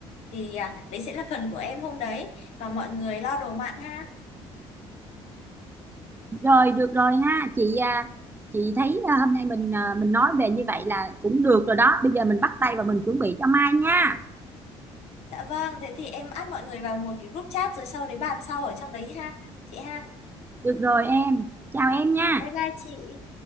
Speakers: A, on the left; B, on the right.
A: Thì à, đấy sẽ là phần của em hôm đấy. Còn mọi người lo đồ mặn ha.
B: rồi được rồi ha chị à, chị thấy à, hôm nay mình à, mình nói về như vậy là cũng được rồi đó bây giờ mình bắt tay và mình chuẩn bị cho mai nha
A: Dạ vâng, thế thì em add mọi người vào một cái group chat rồi sau đấy bàn sau ở trong đấy ha. Chị ha.
B: được rồi em chào em nha
A: Bye bye chị.